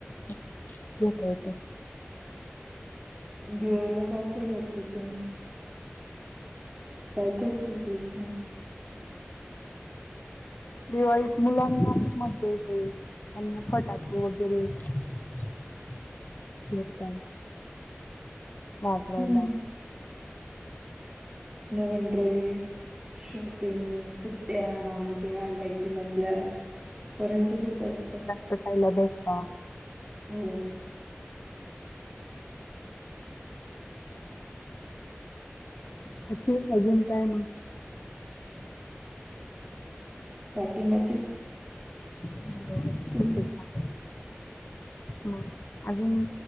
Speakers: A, on the left; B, on the right.
A: घेता येतोय
B: दिवाळीला काय काय घेतात तुम्ही काय काय सेलिब्रेशन असत
A: दिवाळीत मुलांना खूप मज्जा येते त्यांना फटाके ओढ <unintelligible> वाजवायला
B: हम्म नवीन ड्रेस शॉपिंग सुट्या मामाच्या गावाला जायची मज्जा पोरांचं खूप असतं
A: कठायला भेटता
B: हो
A: <inaudible>
B: <inaudible>
A: आखीणं अजून काय मग
B: बाकी मजेत
A: हो ठीक
B: तुम
A: चालेलं मं अजून